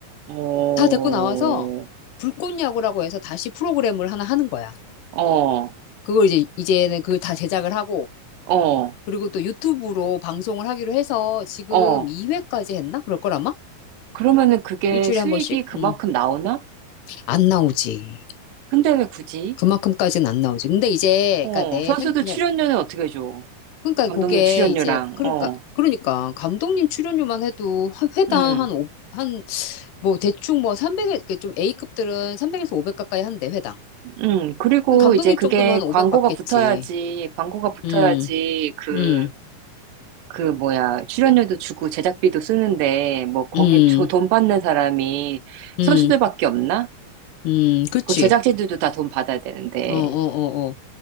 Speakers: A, on the right (about 80°); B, on the left (about 80°).
A: 어,
B: 다 데리고 나와서 불꽃야구라고 해서 다시 프로그램을 하나 하는 거야.
A: 어,
B: 그걸 이제, 이제는 그걸 다 제작을 하고,
A: 어,
B: 그리고 또 유튜브로 방송을 하기로 해서 지금
A: 어.
B: 2회까지 했나? 그럴 걸 아마?
A: 그러면은 그게
B: 일주일에
A: 수익이
B: 한 번씩?
A: 그만큼
B: 음,
A: 나오나?
B: 안 나오지.
A: 근데 왜 굳이?
B: 그만큼까지는 안 나오지. 근데 이제,
A: 어,
B: 그니까 내
A: 선수들
B: 생, 그냥
A: 출연료는 어떻게 줘?
B: 그러니까
A: 감독님
B: 그게
A: 출연료랑,
B: 이제 그러니까
A: 어,
B: 그러니까 감독님 출연료만 해도 화- 회당
A: 음.
B: 한 오- 한 뭐 대충 뭐 300에 좀 A급들은 300에서 500 가까이 한대 회당.
A: 음, 그리고
B: 그럼 감독님
A: 이제 그게
B: 정도면 한 500
A: 광고가
B: 받겠지.
A: 붙어야지, 광고가 붙어야지,
B: 음.
A: 그,
B: 음.
A: 그 뭐야, 출연료도 주고 제작비도 쓰는데, 뭐, 거기
B: 음.
A: 저 돈 받는 사람이
B: 음.
A: 선수들밖에 없나?
B: 음. 그치.
A: 그 제작진들도 다 돈 받아야 되는데,
B: 어, 어, 어, 어.